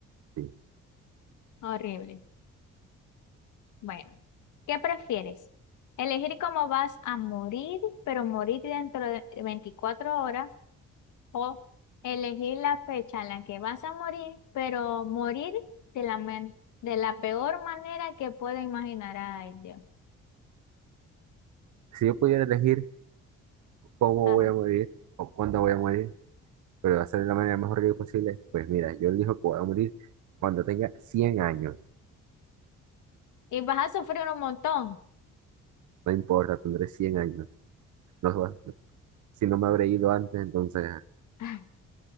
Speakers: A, on the right; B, on the left.
A: Sí.
B: Horrible. Bueno, ¿qué prefieres? ¿Elegir cómo vas a morir, pero morir dentro de 24 horas? O elegir la fecha en la que vas a morir, pero morir de la, men- de la peor manera que puedo imaginar. Ay, Dios.
A: Si yo pudiera elegir... cómo
B: Ajá.
A: voy a morir o cuándo voy a morir, pero va a ser de la manera más horrible posible. Pues mira, yo elijo que voy a morir cuando tenga cien años.
B: Y vas a sufrir un montón.
A: No importa, tendré 100 años. No, so- si no me habré ido antes, entonces,
B: <laughs>